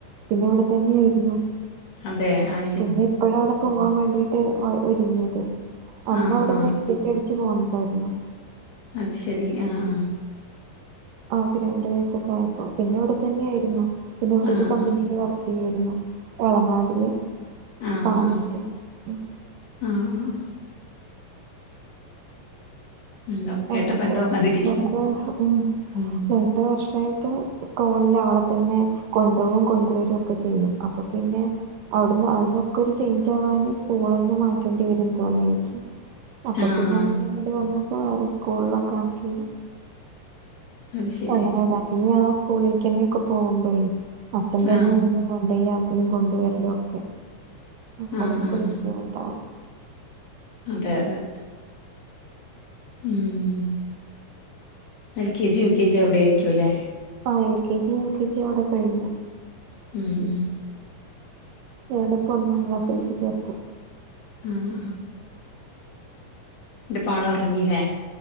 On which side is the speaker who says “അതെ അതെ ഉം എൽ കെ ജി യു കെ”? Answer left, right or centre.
Left